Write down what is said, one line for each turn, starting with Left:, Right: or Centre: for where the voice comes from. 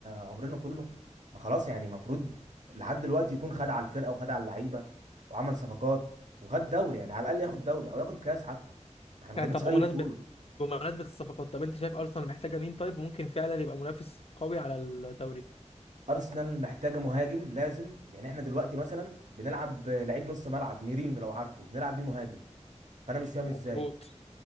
Right: عمرنا كله ما خلاص يعني المفروض لحد دلوقتي يكون خد على الفرقه وخد على اللعيبه وعمل صفقات وخد دوري يعني على الاقل ياخد دوري او ياخد كاس حتى احنا ما
Left: يعني
Right: خدناش
Left: طب
Right: اي
Left: بمناسبه
Right: بطوله
Left: بمناسبه الصفقات طب انت شايف ارسنال محتاجه مين طيب ممكن فعلا يبقى منافس قوي على الدوري
Right: ارسنال محتاجه مهاجم لازم يعني احنا دلوقتي مثلا بنلعب لعيب نص ملعب ميرينو لو عارفه بنلعب بيه مهاجم فانا مش فاهم
Left: مظبوط
Right: ازاي